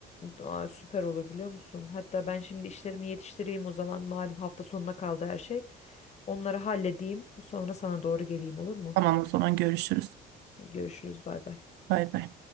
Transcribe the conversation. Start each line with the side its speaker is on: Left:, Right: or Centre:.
Left: Aa, süper olur biliyor musun? Hatta ben şimdi işlerimi yetiştireyim o zaman. Malum hafta sonuna kaldı her şey. Onları halledeyim. Sonra sana doğru geleyim olur mu?
Right: Tamam o zaman görüşürüz.
Left: Görüşürüz bay bay.
Right: Bay bay.